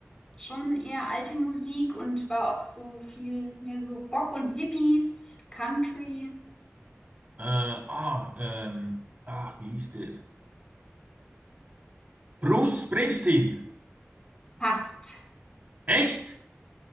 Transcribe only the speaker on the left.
schon eher alte Musik und war auch so viel mehr so Rock und Hippies, Country.
Passt.